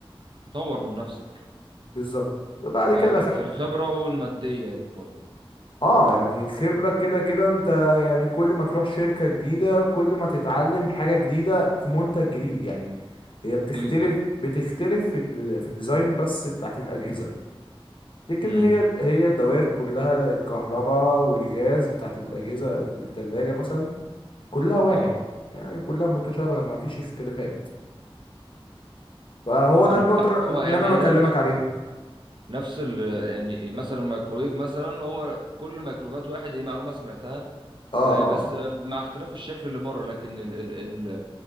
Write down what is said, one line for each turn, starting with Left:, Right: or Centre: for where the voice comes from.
Right: تطور من نفسك
Left: بالظبط بعد
Right: في
Left: كده
Right: في الخبرة والماديات برضو
Left: اه يعني الخبرة كده كده انت يعني كل ما تروح شركة جديدة كل ما تتعلم حاجة جديدة في منتج جديد يعني هي بتختلف
Right: أكيد
Left: بتختلف في ال- في الديزاين بس بتاعت الأجهزة لكن
Right: امم
Left: هي هي الدوائر كلها الكهرباء والغاز بتاعت الأجهزة التلاجة مثلا كلها واحد
Right: اه
Left: يعني كلها متشابهة ما فيش اختلافات فهو
Right: أنا
Left: ده النقطة اللي
Right: هو يعني
Left: أنا يعني
Right: هي
Left: بكلمك
Right: نفس
Left: فاهم عليها
Right: ال...
Left: فاهم.
Right: نفس ال... يعني مثلا الميكرويف مثلا هو كل الميكروفات واحد هي معلومة سمعتها
Left: اه اه
Right: آه، بس
Left: آه.
Right: آه، مع اختلاف الشكل اللي بره لكن ال... ال... ال...